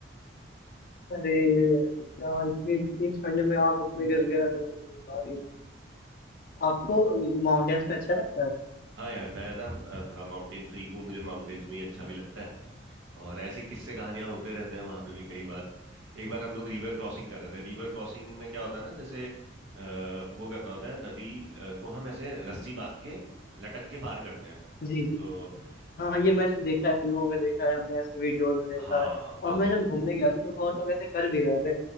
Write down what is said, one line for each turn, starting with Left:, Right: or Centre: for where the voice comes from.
Left: अरे क्या इतनी इतनी ठंड में आप उसमें गिर गए अरे भाई आपको माउंटेन्स में अच्छा लगता है
Right: हाँ यार मैं ना अ, थोड़ा माउंटेन फ्रीक हूँ मुझे माउंटेन्स में ही अच्छा भी लगता है और ऐसे किस्से कहानियां होते रहते हैं वहां पे भी कई बार एक बार हम लोग रिवर क्रॉसिंग कर रहे थे रिवर क्रॉसिंग में क्या होता है ना जैसे अ, वो करना होता है नदी अ, को हम ऐसे रस्सी बांध के लटक के पार करते हैं
Left: जी
Right: तो
Left: जी हाँ
Right: अ,
Left: ये मैंने देखा है फिल्मों में देखा है हमने ऐसे वीडियोस में देखा
Right: हाँ
Left: है और
Right: बस
Left: मैं
Right: बस
Left: जब घूमने गया था तो बहुत लोग ऐसे कर भी रहे थे